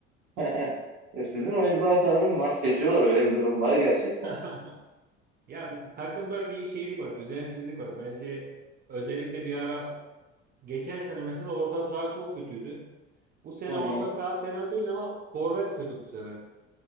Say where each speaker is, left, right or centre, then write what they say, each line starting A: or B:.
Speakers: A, on the right; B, on the right.
A: <laughs> E, Sizin oyuncular sanırım maç seçiyorlar. Öyle bir durum var gerçekten.
B: <laughs> Ya bir- takımda bir şeylik var, düzensizlik var. Bence özellikle bir ara geçen sene mesela orta saha çok kötüydü. Bu sene
A: Hı
B: orta
A: hı.
B: saha fena değil ama forvet kötü bu sefer.